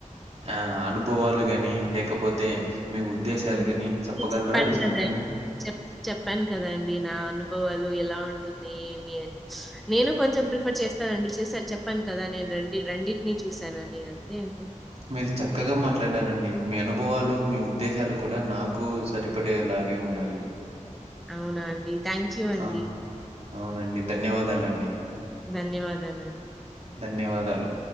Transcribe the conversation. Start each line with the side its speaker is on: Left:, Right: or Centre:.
Right: ఆ అనుభవాలు కాని లేకపోతే మీ ఉద్దేశాలు
Centre: అవును
Right: గాని చెప్పగలరా
Centre: చెప్పాను
Right: ఈ విషయం
Centre: కదా
Right: పైన?
Centre: చెప్ చెప్పాను కదాండి నా అనుభవాలు ఎలా ఉం ఉంటుంది ఏమి అని నేను కొంచెం ప్రిఫర్ చేస్తానండి చుసాను చెప్పం కదా నేన్ రండి రండింటిని చూశానని అంతే అండి.
Right: మీరు చక్కగా మాట్లాడారండి మీ అనుభవాలు మీ ఉద్దేశాలు కూడా నాకు సరిపడేలా నే ఉన్నాయి.
Centre: అవునా అండి థ్యాంక్యు అండి.
Right: ఆ! అవునండి. ధన్యవాదాలండి.
Centre: ధన్యవాదాలండి.
Right: ధన్యవాదాలు